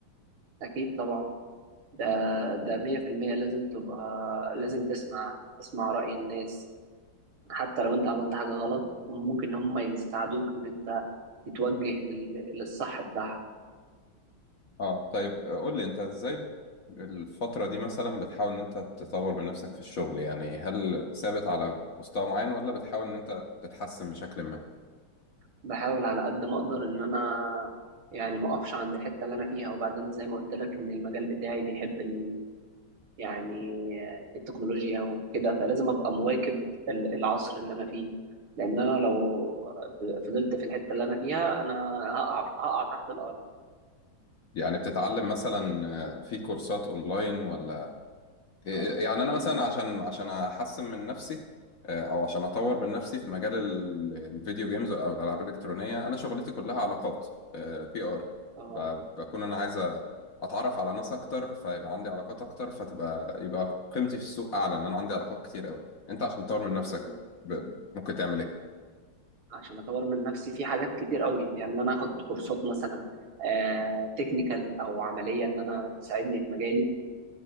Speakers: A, on the right; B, on the left.
A: اكيد طبعا ده ده 100% لازم تبقى لازم تسمع تسمع رأي الناس حتى لو انت عملت حاجة غلط ممكن هم يساعدوك ان انت تتوجه لل- للصح بتاعها
B: أه طيب قول لي أنت إزاي بت... الفترة دي مثلا بتحاول إن أنت تطور من نفسك في الشغل يعني هل ثابت على مستوى معين ولا بتحاول إن أنت تتحسن بشكل ما؟
A: بحاول على قد ما اقدر ان انا يعني ما اقفش عند الحته اللي انا فيها وبعدين زي ما قلت لك ان المجال بتاعي بيحب ال... يعني التكنولوجيا وكده فلازم ابقى مواكب ال- العصر اللي انا فيه لان انا لو فضلت في الحته اللي انا فيها انا هقع هقع تحت الارض
B: يعني بتتعلم مثلا آه، في كورسات اونلاين ولا إيه- إيه،
A: اه
B: يعني
A: في
B: انا مثلا عشان عشان احسن من نفسي آه، او عشان اطور من نفسي في مجال ال- الفيديو جيمز او الالعاب الالكترونيه انا شغلتي كلها علاقات بي ار
A: اه
B: بكون انا عايز اتعرف على ناس اكتر فيبقى عندي علاقات اكتر فتبقى يبقى قيمتي في السوق اعلى ان انا عندي علاقات كتير قوي انت عشان تطور من نفسك
A: مم.
B: ب- ممكن تعمل ايه
A: عشان اطور من نفسي في حاجات كتير قوي يعني ان انا اخد كورسات مثلا آه تكنيكال او عمليه ان انا تساعدني في مجالي